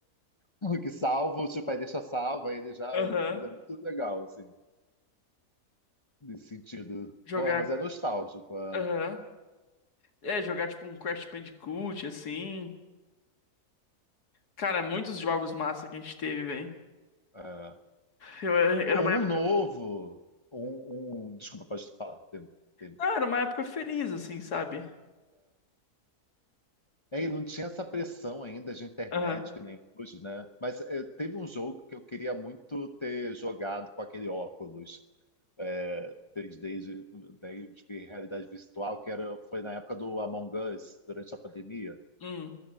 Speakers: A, on the left; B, on the left.
A: <laughs> que salvo, tipo, aí deixa salva, aí ele já,
B: Aham.
A: coisa muito legal, assim, nesse sentido.
B: Jogar.
A: Porra, mas é nostálgico. É,
B: Aham. É, jogar tipo um Crash Bandicoot, assim. Cara, muitos jogos massa que a gente teve, velho.
A: é.
B: Eu, eh,
A: Pô,
B: era uma
A: um
B: época,
A: novo, um, um- desculpa, pode falar, tem, tem.
B: ah, era uma época feliz, assim, sabe?
A: É, e não tinha essa pressão ainda de internet,
B: Aham.
A: que nem hoje, né? Mas é, teve um jogo que eu queria muito ter jogado com aquele óculos é, 3D de, daí de realidade virtual, que era, foi na época do Among Us, durante a pandemia.
B: Hum.